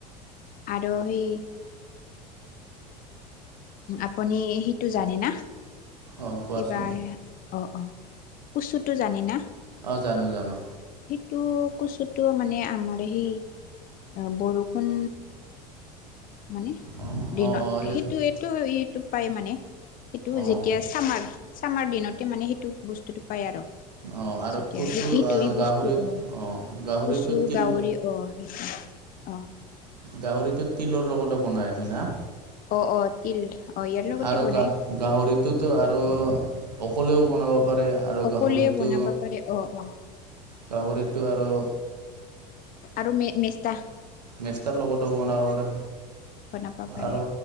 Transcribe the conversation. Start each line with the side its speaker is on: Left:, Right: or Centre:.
Left: আৰু সেই আপুনি সেইটো জানে না?
Right: অ' কোৱাচোন
Left: কিবা অ-অ কুচুটো জানি না?
Right: অ জানো-জানো।
Left: টো কচুটো মানে আমাৰ সেই বৰষুণ মানে
Right: অ'
Left: দিনত
Right: অ' এই
Left: সেইটো এইটো-এইটো পাই মানে। সেইটো
Right: অ'
Left: যেতিয়া চামাৰ-চামাৰ দিনতে মানে সেইটো বস্তুতটো পাই আৰু।
Right: অ আৰু
Left: যেতিয়া
Right: কচু
Left: সেই সেইটো
Right: আৰু
Left: এই বস্তু
Right: গাহৰিত
Left: অ
Right: আহ গাহৰিটো
Left: কচু
Right: তিল
Left: গাহৰি অ সেইটো অ।
Right: গাহৰিতো তিলৰ লগতে বনাই হয় না?
Left: আহ-আহ তিল আহ ইয়াৰ লগতে
Right: আৰু
Left: বনাই
Right: গাহ গাহৰিটোতো আৰু অকলেও বনাব পাৰে আৰু
Left: অকলে
Right: গাহৰিটো
Left: বনাব পাৰে অ-অ
Right: গাহৰিতটো আৰু
Left: আৰু ম মেচতা
Right: মেচকা লগতো বনাব পাৰে
Left: বনাব পাৰে
Right: আৰু